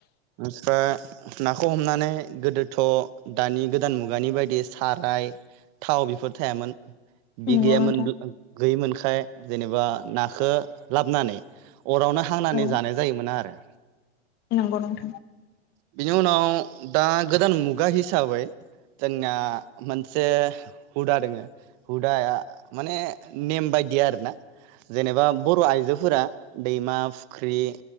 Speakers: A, on the right; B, on the left.
A: मानसिफ्रा नाखौ हमनानै गोदोथ' दानि गोदान मुगानि बायदि साराय थाव बेफोर थायामोन। बि
B: नंगौ
A: गैयामोनब्ला
B: नोंथां
A: गैयिमोनखाय जेनेबा नाखौ लाबोनानै अरावनो हांनानै
B: औ
A: जानाय जायोमोन आरो।
B: नंगौ नोंथां
A: बिनि उनाव दा गोदान मुगा हिसाबै जोंना मोनसे हुदा दङो हुदाया माने नेम बायदि आरोना जेनेबा बर' आइजोफोरा दैमा फुख्रि